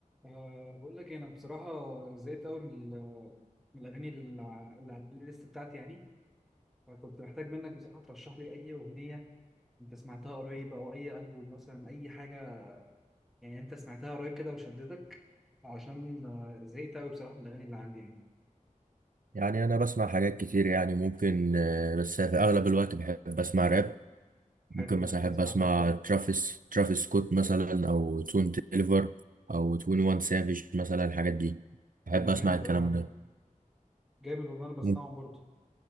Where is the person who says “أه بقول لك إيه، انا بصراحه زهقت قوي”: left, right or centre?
Centre